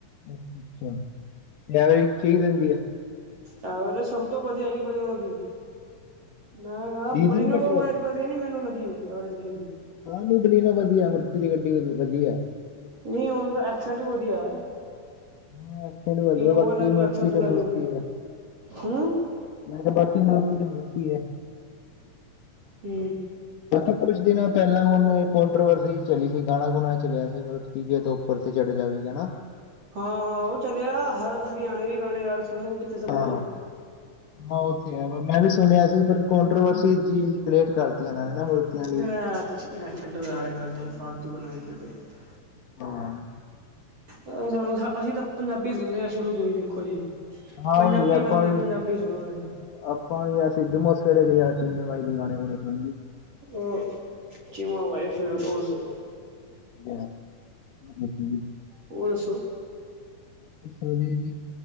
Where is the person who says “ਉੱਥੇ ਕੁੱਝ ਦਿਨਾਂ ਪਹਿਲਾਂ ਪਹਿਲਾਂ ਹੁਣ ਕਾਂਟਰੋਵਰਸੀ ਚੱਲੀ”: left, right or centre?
Left